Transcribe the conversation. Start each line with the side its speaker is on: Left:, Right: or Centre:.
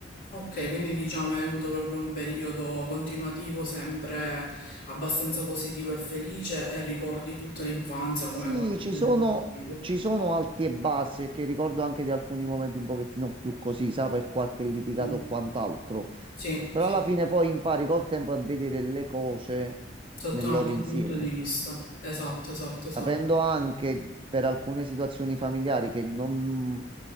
Left: Ok, quindi diciamo hai avuto proprio un periodo continuativo sempre abbastanza positivo e felice e ricordi tutta l'infanzia
Right: Sì,
Left: come qualcosa
Right: ci sono,
Left: di positivo.
Right: ci sono alti e bassi, e che ricordo anche di alcuni momenti un pochettino più così, sa, per qualche litigato
Left: Mm.
Right: o quant'altro.
Left: Sì,
Right: Però
Left: sì,
Right: alla fine
Left: sì.
Right: poi impari col tempo a vedere le cose
Left: sotto
Right: nel
Left: un
Right: loro
Left: altro
Right: insieme,
Left: punto di vista. Esatto, esatto, esatto.
Right: sapendo anche per alcune situazioni familiari che non